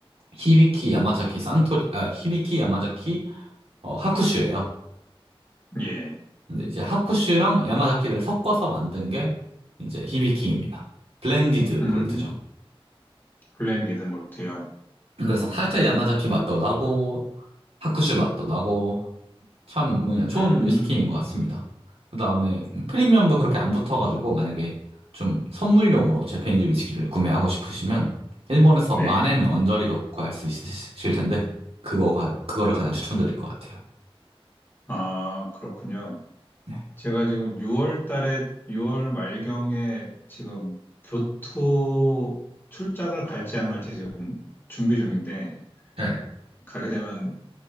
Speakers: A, on the right; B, on the left.
A: 히비키 야마자키 산토리, 아, 히비키 야마자키 어, 하쿠슈예요.
B: 예.
A: 근데 이제 하쿠슈랑 야마자키를 섞어서 만든 게 이제 히비키입니다. 블렌디드
B: 음,
A: 몰트죠.
B: 블렌디드 몰트요.
A: 그래서 살짝 야마자키 맛도 나고 하쿠슈 맛도 나고 참 뭐냐 좋은
B: 음,
A: 위스키인 것 같습니다. 그다음에 프리미엄도 그렇게 안 붙어가지고 만약에 좀 선물용으로 재패니즈 위스키를 구매하고 싶으시면 일본에서
B: 네.
A: 만엔 언저리로 구할 수 있으실 텐데 그거 가- 그거를 가장 추천드릴 것 같아요.
B: 아, 그렇군요.
A: 네,
B: 제가 지금 6월 달에, 6월 말경에 지금 교토 출장을 갈지 안 갈지 지금 준비 중인데,
A: 네,
B: 가게 네. 되면